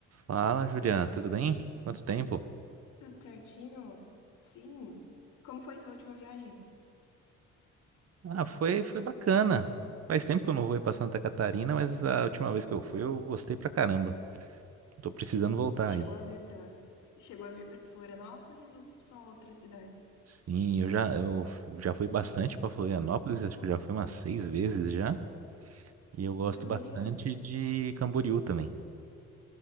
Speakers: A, on the right (about 50°); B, on the left (about 80°).
A: Fala, Juliana, tudo bem? Quanto tempo?
B: Tudo certinho? Sim. Como foi sua última viagem?
A: Ah, foi, foi bacana. Faz tempo que eu não vou ir pra Santa Catarina, mas a última vez que eu fui eu gostei pra caramba. Tô precisando voltar
B: Chegou
A: aí.
B: a vir para Chegou a vir para Florianópolis ou só outras cidades?
A: Sim, eu já, eu já fui bastante pra Florianópolis, acho que eu já fui umas seis vezes já. E eu gosto
B: Meu
A: bastante
B: Deus.
A: de Camboriú também.